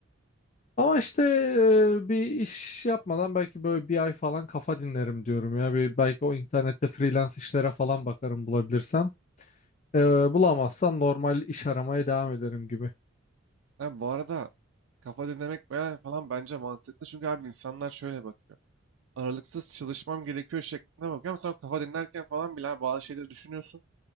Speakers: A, on the left (about 35°); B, on the right (about 60°).
A: ama işte e, bir iş yapmadan belki böyle bir ay falan kafa dinlerim diyorum ya bir, belki o internette freelance işlere falan bakarım bulabilirsem E, bulamazsam normal iş aramaya devam ederim gibi.
B: Abi bu arada kafa dinlemek ben- falan bence mantıklı. Çünkü abi insanlar şöyle bakıyor. Aralıksız çalışmam gerekiyor şeklinde bakıyor. Ama sen o kafa dinlerken falan bile abi bazı şeyleri düşünüyorsun